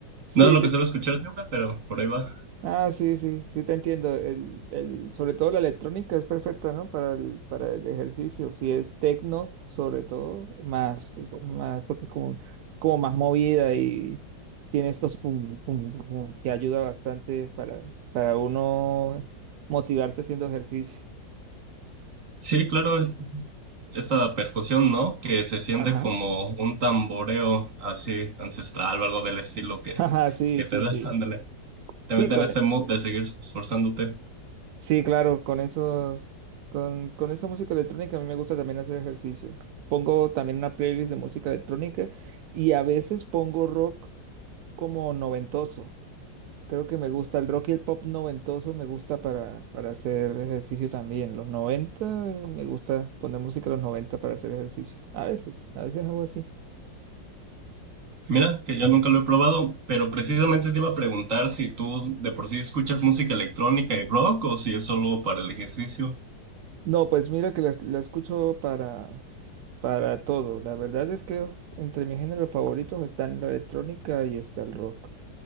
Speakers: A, on the right; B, on the right.
A: Sí,
B: No es lo
A: te-
B: que suelo escuchar siempre, pero por ahí va.
A: ah, sí, sí, sí te entiendo. El, el, sobre todo la electrónica es perfecta, ¿no? Para el, para el ejercicio. Si es tecno, sobre todo, más, es más, porque es como, como más movida y tiene estos pum, pum, pum, que ayuda bastante para, para uno motivarse haciendo ejercicio.
B: Sí, claro, esta percusión, ¿no? Que se siente
A: Ajá.
B: como un tamboreo así ancestral o algo del estilo
A: <laughs>
B: que,
A: Ajá, sí,
B: que
A: sí,
B: te das,
A: sí.
B: <laughs> ándale.
A: Sí,
B: Te mete
A: con,
B: en este
A: e-
B: mood de seguir esforzándote.
A: sí, claro, con esos, con, con esa música electrónica a mí me gusta también hacer ejercicio. Pongo también una playlist de música electrónica y a veces pongo rock como noventoso. Creo que me gusta el rock y el pop noventoso, me gusta para, para hacer ejercicio también. Los noventa eh, me gusta poner música de los 90 para hacer ejercicio. A veces, a veces hago así.
B: Mira, que yo nunca lo he probado, pero precisamente te iba a preguntar si tú de por sí escuchas música electrónica y rock o si es solo para el ejercicio.
A: No, pues mira que la, la escucho para, Para todo, la verdad es que entre mis géneros favoritos están la electrónica y está el rock.